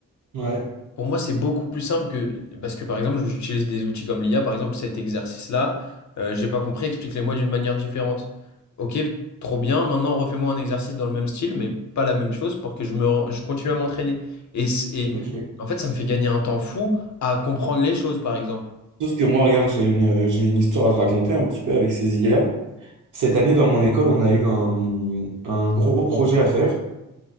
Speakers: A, on the right; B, on the left.
A: ouais.
B: Pour moi, c'est beaucoup plus simple que... Parce que, par exemple, j'utilise des outils comme l'IA. Par exemple, cet exercice-là, euh, j'ai pas compris, explique-le-moi d'une manière différente. Ok, trop bien. Maintenant, refais-moi un exercice dans le même style, mais pas la même chose pour que je me... ren- je continue à m'entraîner. Et, c- et
A: Ok.
B: en fait, ça me fait gagner un temps fou à comprendre les choses, par exemple.
A: Sauf que moi, regarde, j'ai une, j'ai une histoire à te raconter un petit peu avec ces IA. Cette année, dans mon école, on a eu un, un gros projet à faire